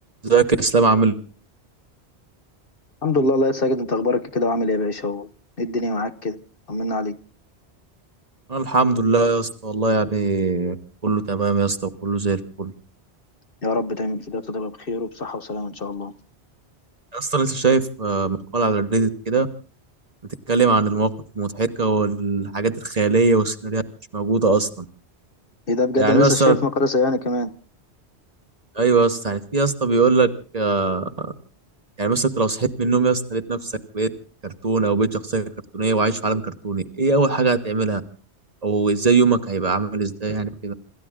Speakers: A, on the right (about 35°); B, on the left (about 55°).
A: ازيك يا اسلام عامل ايه؟
B: الحمد لله الله يا ساجد انت اخبارك إيه كده وعامل ايه يا باشا اهو ايه الدنيا معاك كده طمنا عليك
A: انا الحمد لله يا اسطى والله يعني كله تمام يا اسطى وكله زي الفل
B: يا رب دايما كده تبقى بخير وبصحة وسلامة ان شاء الله
A: يا اسطى لسه شايف آه، مقال على الريديت كده بتتكلم عن المواقف المضحكه والحاجات الخياليه والسيناريوهات مش موجوده اصلا
B: ايه ده بجد
A: يعني
B: انا
A: مثلا
B: لسه شايف مقالة زيانة كمان
A: ايوه يا اسطى يعني في يا اسطى بيقول لك آه، يعني مثلا انت لو صحيت من النوم يا اسطى لقيت نفسك بقيت كرتون او بقيت شخصيه كرتونيه وعايش في عالم كرتوني ايه اول حاجه هتعملها او ازاي يومك هيبقى عامل ازاي يعني كده